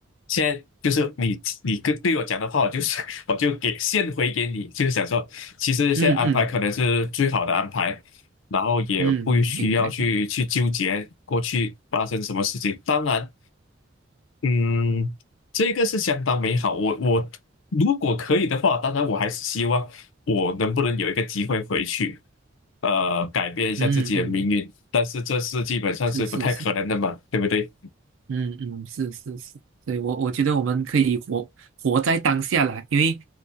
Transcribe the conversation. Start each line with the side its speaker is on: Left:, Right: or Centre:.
Left: 现在就是你你跟对我讲的话，我就是 <laughs> 我就给现回给你，就是想说，其实现在安排可能是最好的安排，
Right: 嗯嗯
Left: 然后也不需要去去纠结过去发生什么事情。
Right: 嗯嗯，明白明白，
Left: 当然，嗯，这个是相当美好。我我如果可以的话，当然我还是希望我能不能有一个机会回去，呃，改变一下自己的命运。
Right: 嗯嗯，
Left: 但是这是基本上是不太可能的嘛，
Right: 是是是，
Left: 对不对？
Right: 嗯嗯是是是，所以我我觉得我们可以活活在当下啦，因为